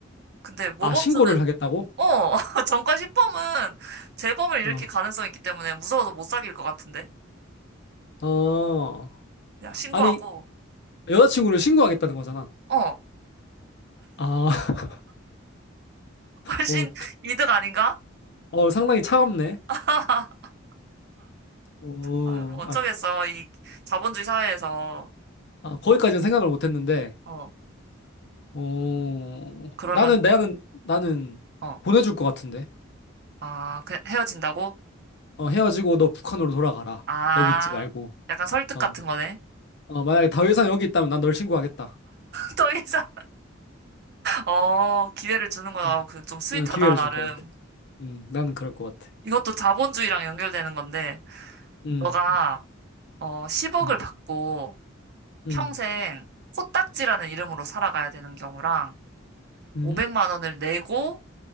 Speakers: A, on the right (about 55°); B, on the left (about 55°).
A: 근데 모범수는,
B: 아, 신고를 하겠다고?
A: 어, <laughs> 전과 10범은 재범을 일으킬
B: 어.
A: 가능성이 있기 때문에 무서워서 못 사귈 것 같은데.
B: 어.
A: 그냥 신고하고,
B: 아니, 여자친구를 신고하겠다는 거잖아.
A: 어, <laughs>
B: 아, <laughs>
A: 훨씬
B: 어,
A: 이득 아닌가?
B: 어, 상당히 차갑네.
A: <laughs>
B: 어,
A: 아, 뭐 어쩌겠어.
B: 아,
A: 이 자본주의 사회에서.
B: 아, 거기까지는 생각을 못 했는데,
A: 어,
B: 어,
A: 그러면,
B: 나는, 나는, 나는
A: 어,
B: 보내줄 것 같은데.
A: 아, 그 헤어진다고?
B: 어, 헤어지고 너 북한으로 돌아가라.
A: 아,
B: 여기 있지 말고.
A: 약간 설득
B: 어,
A: 같은 거네.
B: 어, 만약에 다회상 여기 있다면 난 널 신고하겠다.
A: <laughs> 더 이상, 어, 기회를 주는 거야.
B: 어,
A: 그 좀 스윗하다,
B: 나는 기회를
A: 나름.
B: 줄 것 같아. 음, 나는 그럴 것 같아.
A: 이것도 자본주의랑 연결되는 건데,
B: 음,
A: 너가, 어, 10억을
B: 음,
A: 받고
B: 음,
A: 평생 코딱지라는 이름으로 살아가야 되는 경우랑,
B: 음.
A: 500만 원을 내고